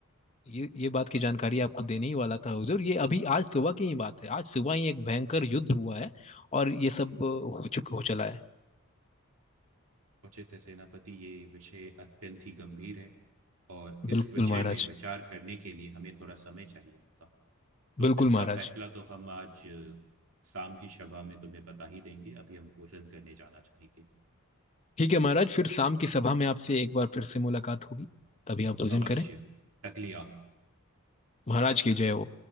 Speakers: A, on the left (about 30°); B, on the right (about 70°).
A: ये ये बात की जानकारी आपको देने ही वाला था हुजूर ये अभी आज सुबह की ही बात है आज सुबह ही एक भयंकर युद्ध हुआ है और ये सब अ, हो चुका हो चला है
B: उचित है सेनापति ये विषय अत्यंत ही गंभीर है और इस
A: बिल्कुल
B: विषय
A: महाराज
B: में विचार करने के लिए हमें थोड़ा समय चाहिए होगा तो
A: बिल्कुल
B: इसका
A: महाराज
B: फैसला तो हम आज अ, शाम की सभा में तुम्हें बता ही देंगे अभी हम भोजन करने जाना चाहेंगे
A: ठीक है महाराज फिर शाम की सभा में आपसे एक बार फिर से मुलाकात होगी तभी आप भोजन
B: अवश्य
A: करें
B: टकलिया
A: महाराज की जय हो